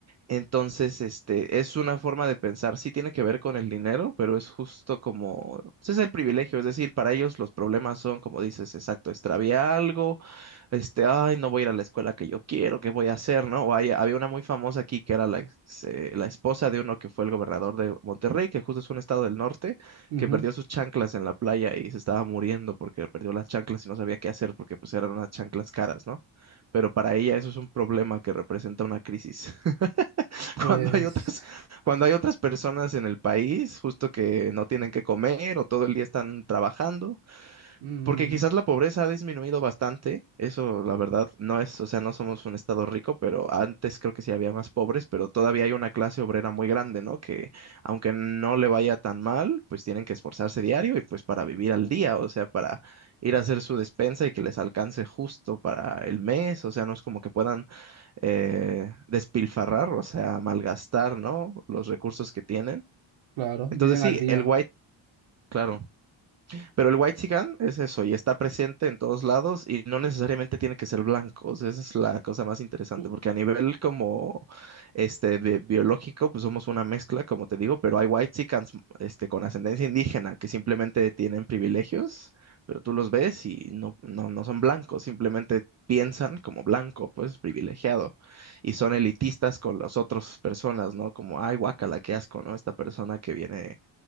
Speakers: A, on the right; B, on the right.
A: Entonces, este, es una forma de pensar, sí tiene que ver con el dinero, pero es justo como, ese es el privilegio, es decir, para ellos los problemas son, como dices, exacto, extravié algo, este, ay, no voy a ir a la escuela que yo quiero, ¿qué voy a hacer, no? O hay- había una muy famosa aquí que era la, ex- eh, la esposa de uno que fue el gobernador de Monterrey, que justo es un estado del norte,
B: Ujú.
A: que perdió sus chanclas en la playa y se estaba muriendo porque perdió las chanclas y no sabía qué hacer porque pues eran unas chanclas caras, ¿no? Pero para ella eso es un problema que representa una crisis. <laughs>
B: Pues,
A: cuando hay otras, cuando hay otras personas en el país, justo que no tienen que comer o todo el día están trabajando,
B: mm,
A: porque quizás la pobreza ha disminuido bastante, eso la verdad no es, o sea, no somos un estado rico, pero antes creo que sí había más pobres, pero todavía hay una clase obrera muy grande, ¿no? Que aunque no le vaya tan mal, pues tienen que esforzarse diario y pues para vivir al día, o sea, para ir a hacer su despensa y que les alcance justo para el mes, o sea, no es como que puedan eh, despilfarrar, o sea, malgastar, ¿no? Los recursos que tienen.
B: claro,
A: Entonces
B: viven
A: sí,
B: al día.
A: el white, claro. Pero el whitexican es eso, y está presente en todos lados, y no necesariamente tiene que ser blanco. o sea, esa es la cosa más interesante,
B: Ujú.
A: porque a nivel como este bi- biológico, pues somos una mezcla, como te digo, pero hay whitexicans este, con ascendencia indígena que simplemente tienen privilegios, pero tú los ves y no, no, no son blancos, simplemente piensan como blanco, pues privilegiado, y son elitistas con las otras personas, ¿no? Como, ay, guácala, qué asco, ¿no? Esta persona que viene